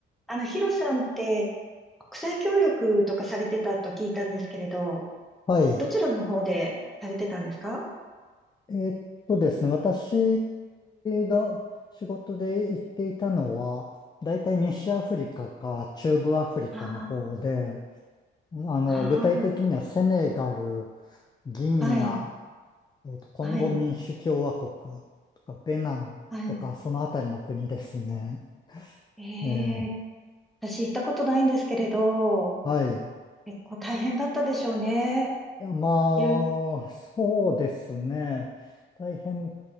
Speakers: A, in the centre; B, on the left (about 20°).
A: あの、ヒロさんって、国際協力とかされてたと聞いたんですけれど、
B: はい。
A: どちらの方でされてたんですか
B: えーっとですね、私が仕事で行っていたのは、大体西アフリカか中部アフリカの方で、
A: あ
B: あの、
A: あ、
B: 具体的にはセネガル、
A: あ
B: ギニア、
A: あ、はい、
B: えーっと、コンゴ民主共和国
A: はい、
B: とか、ベナンとか、
A: はい。
B: そのあたりの国ですね。
A: ええ、
B: えー
A: 私行ったことないんですけれど、
B: はい。
A: 結構大変だったでしょうね。
B: いや、ま
A: いろい
B: あ、そうですね。大変